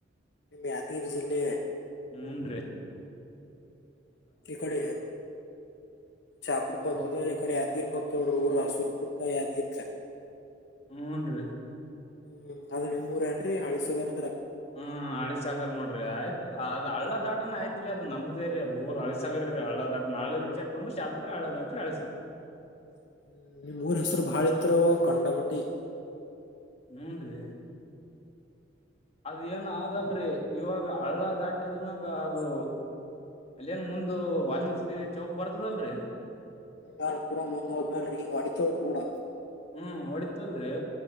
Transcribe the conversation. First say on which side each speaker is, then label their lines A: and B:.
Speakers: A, on the left; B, on the left.
A: ಮ್ಯಾತಿರ್ ಜಿಲ್ಲೆ
B: ಮೂನ್
A: ್ಮ ಇಡೆ ಚಾಪುರ
B: ಈ ಕಡೆ
A: ಕೊತದ ಇಡೆ ಯದಿರ್ ಕೊತ ಊರ ಸುರ್ಪುರ್ಕ ಯಾದರ್ಕ
B: ಹ್ಮೂನ್ ರೀ
A: ಹ್ಮ್ ಅದು ನಿಮ್ಮೂರ ನ್ರರಿ ಅಳಿಸಗರ
B: ಹ್ಮ್ ಹಳಿ ಸಾಕರ್ ನೋಡ್ರಿ ಆಯ್ತ ಅ್ ಹಳ್ಳ ದಾಟನ ಆಯ್ತ್ರಿ ಅದು ನಮ್ದೇ ರರಿ ಅದು ಊರು ಅಳಸಗ್ರರಿ ಹಳ್ಳ ದಾಟನ್ ಹಳ್ಳದ ಇಚ ಬಂದು ಶಾಪುರಿ ಹಳ್ಳ ದಾಟ್ರಿ ಕಳ
A: ್ಮ ನಿ ಮೂನ್ ಹೆಸರು ಬಾಳ ಇತ್ರ ಕಂಡ ಬಟ್ಟಿ
B: ಹೂನ್್ರೀ ಅದ ಏನ್ ಆಲ್ರಿ ಇವಾಗ ಹಳ್ಳ ದಾಟಿದನಕ ಅದು ಅಲ್ಲ ನ್ ಒಂದು ವಾಲ್ಮಿಕ್ಸಿ ಚೌಕ್ ಬರ್ತದಲ್ರರಿ
A: ಹಲ್ ಪೂಾ ಮುಂದ್ ಹೋದ್ಮೇಲ್ರಿೀ ನೀ್ ಒಡಿತೋಡ್ರಿ ಕೂಡ
B: ಹ್ಮ್ ಹೊಡಿತಲ್ರರಿ